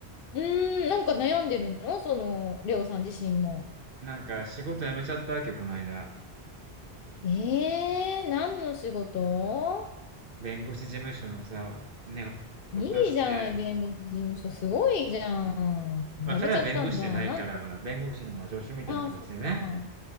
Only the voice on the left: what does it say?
うーん、なんか悩んでるのその、レオさん自身も。
えー、何の仕事
いいじゃない、弁護士事務所。すごいじゃん。辞めちゃったんだ。
なんで
ああー、そっか。